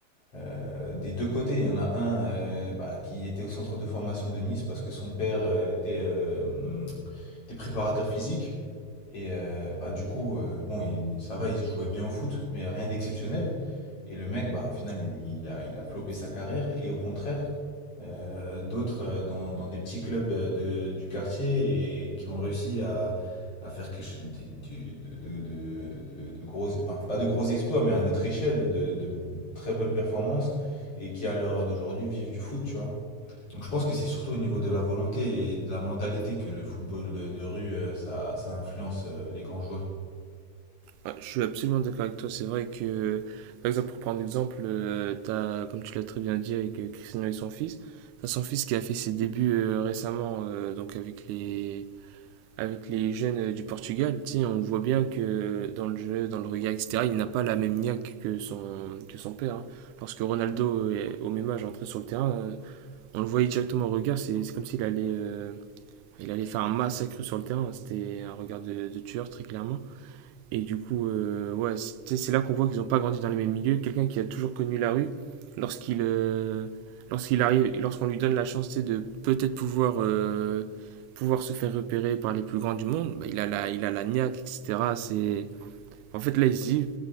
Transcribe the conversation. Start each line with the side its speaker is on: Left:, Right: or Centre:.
Left: euh, des deux côtés, il y en a un euh, bah, qui était au centre de formation de Nice parce que son père euh, était, euh, hum, était préparateur physique. Et euh, bah, du coup, euh, bon, il- ça va, il jouait bien au foot, mais rien d'exceptionnel. Et le mec, bah, au final, il, il a, il a flopé sa carrière. Et au contraire, euh, d'autres euh, dans, dans des petits clubs de- de- du quartier et qui ont réussi à, à faire quelque chose de, de, de, de- de- de gros, enfin, pas de gros exploits, mais à notre échelle, de, de très bonnes performances et qui, à l'heure d'aujourd'hui, vivent du foot, tu vois. Donc je pense que c'est surtout au niveau de la volonté et de la mentalité que le football de, de rue, euh, ça, ça influence euh, les grands joueurs.
Right: Ah, Je suis absolument d'accord avec toi. C'est vrai que, par exemple, pour prendre l'exemple, euh, t'as, comme tu l'as très bien dit avec euh, Cristiano et son fils, t'as son fils qui a fait ses débuts euh, récemment, euh, donc avec les, avec les jeunes euh, du Portugal. Tu sais, on voit bien que dans le jeu, dans le regard, etc., il n'a pas la même niaque que son, que son père. hein. Lorsque Ronaldo, euh, au même âge, entrait sur le terrain, euh, on le voyait directement au regard. C'est c'est comme s'il allait, euh, il allait faire un massacre sur le terrain. C'était un regard de de tueur, très clairement. Et du coup, euh, ouais, c'est c'est là qu'on voit qu'ils n'ont pas grandi dans les mêmes milieux. Quelqu'un qui a toujours connu la rue, lorsqu'il euh, lorsqu'il arrive, et lorsqu'on lui donne la chance tu sais, de peut-être pouvoir, euh, pouvoir se faire repérer par les plus grands du monde, bah, il a la, il a la niaque, etc. C'est... En fait, là, il se dit,